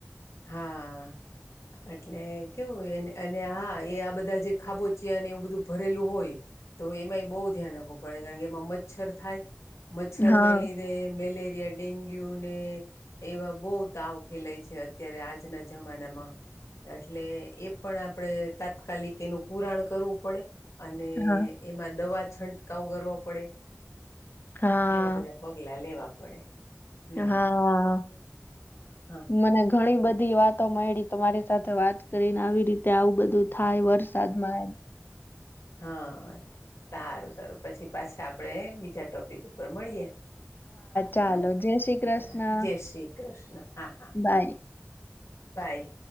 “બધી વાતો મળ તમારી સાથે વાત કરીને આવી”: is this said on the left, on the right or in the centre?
Left